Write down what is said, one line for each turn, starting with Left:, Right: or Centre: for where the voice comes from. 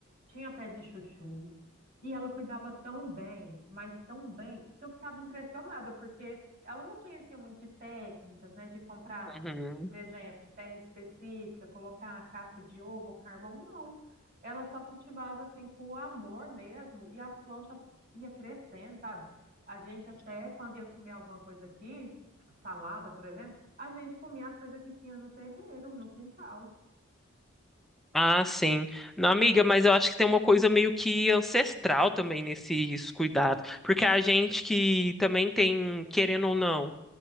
Right: tinha pé de chuchu. E ela cuidava tão bem, mas tão bem, que eu ficava impressionada, porque ela não conhecia muito de técnicas, né? De comprar,
Centre: Uhum.
Right: por exemplo, terra específica, colocar a casca de ovo ou carvão, não ela só cultivava assim com o amor mesmo e as plantas ia crescendo, sabe? A gente até quando ia comer alguma coisa aqui, salada, por exemplo, a gente comia as coisas que tinha no terreiro, no quintal.
Centre: Ah, sim. Não, amiga, mas eu acho que tem uma coisa meio que ancestral também nesses cuidados. Porque a gente que também tem, querendo ou não